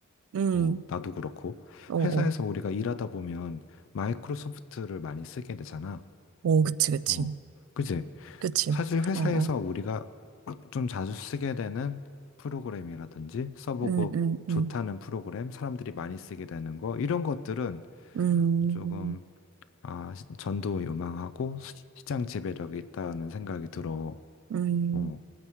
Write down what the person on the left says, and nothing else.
어, 나도 그렇고.
회사에서 우리가 일하다 보면 마이크로소프트를 많이 쓰게 되잖아.
어, 그지?
사실 회사에서
우리가 좀 자주 쓰게 되는 프로그램이라든지 써보고
좋다는
프로그램, 사람들이 많이 쓰게 되는 거, 이런 것들은
조금 아, 시- 전도유망하고 시- 시장 지배력이 있다는 생각이 들어.
어.